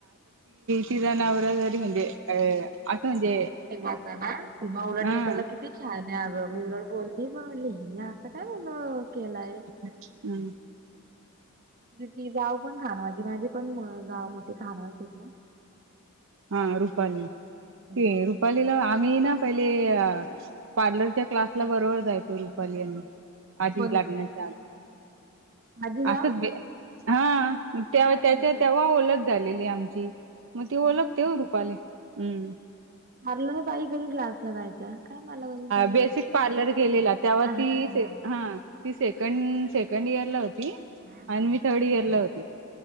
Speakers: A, on the right; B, on the right.
A: सिरा नवररारी म्हणजे अ आता म्हणजे.
B: तेवता ना ते्हा उलट
A: हा
B: दिसायला कि ी छान आहे अगं मी उड बोलली बणलीि असं कायल केलाय.
A: अच्म्.
B: ती जााव पण खाण माजी माझी पण जाव मोठीे खाणारेत ना.
A: हा रुपाली
B: ना
A: ते रुपालीला. मी ना पहिले पार्लरच्या क्लासला बरोबर जायचो रुपाली यांनी. आधी
B: पण
A: लग्नाच्या आधी
B: माझी
A: <inaudible>
B: जाव
A: असच हा
B: काय
A: त्याच्या
B: बोलते
A: तेव्हा ओळख झालेली आमची मग ती
B: नाही
A: ओळख ठेव रूपाली हम्म <inaudible>
B: मारलं तर पाई कधी ग्लास ला जायच्या काय मला कधी पा
A: बेसिक पार्लर गेलेला. तेव्हा तीच
B: हा
A: हा. ती सेकड सेकंड इयर ला होती
B: हा हा
A: आणि मी थर्ड इयर ला होती.